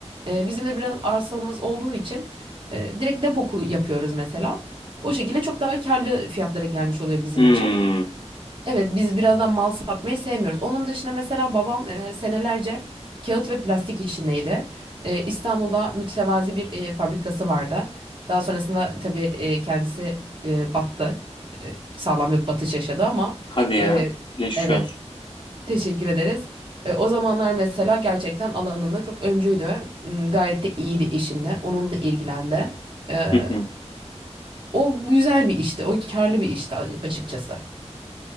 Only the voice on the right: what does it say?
E, bizim de biraz arsamız olduğu için e, direkt depo ku- yapıyoruz mesela. O şekilde çok daha karlı fiyatlara gelmiş oluyor bizim
için. Evet biz birazdan mal satmayı sevmiyoruz. Onun dışında mesela babam e, senelerce kağıt ve plastik işindeydi. E, İstanbul'da mütevazi bir e, fabrikası vardı. Daha sonrasında tabii e, kendisi e, battı. E, sağlam bir batış yaşadı ama
e,
evet
Teşekkür ederiz. E, o zamanlar mesela gerçekten alanında çok öncüydü. M, Gayet de iyiydi işinde. Onunla ilgilendi. E,
o güzel bir işti. O karlı bir işti a- açıkçası.